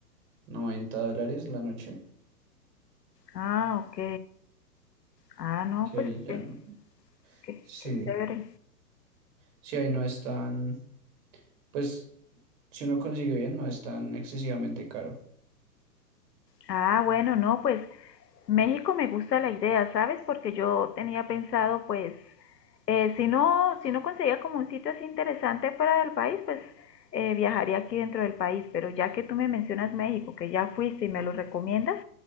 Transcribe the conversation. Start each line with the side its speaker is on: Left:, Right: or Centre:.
Right: 90 dólares la noche,
Left: ah, ok. Ah, no,
Right: que
Left: pues
Right: ahí ya
Left: es,
Right: no.
Left: qué,
Right: Sí.
Left: qué chévere.
Right: Sí, ahí no están Pues si uno consigue bien, no es tan excesivamente caro.
Left: Ah, bueno, no, pues México me gusta la idea, ¿sabes? Porque yo tenía pensado, pues, eh, si no, si no conseguía como un sitio así interesante fuera del país, pues eh, viajaría aquí dentro del país. Pero ya que tú me mencionas México, que ya fuiste y me lo recomiendas,